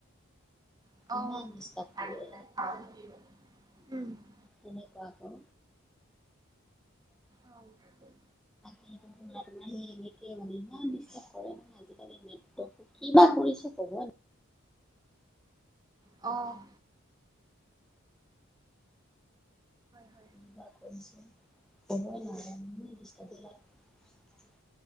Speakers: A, on the right; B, in the centre.
A: <inaudible>
B: ইমান ডিষ্টাৰ্ব কৰে। তেনেকুৱা আকৌ।
A: অ'।
B: <unintelligible> এনেকৈ মানে ইমান ডিষ্টাৰ্ব কৰে, আজিকালি নেট কিবা কৰিছে ক'ব
A: অ'। হয়,
B: <inaudible>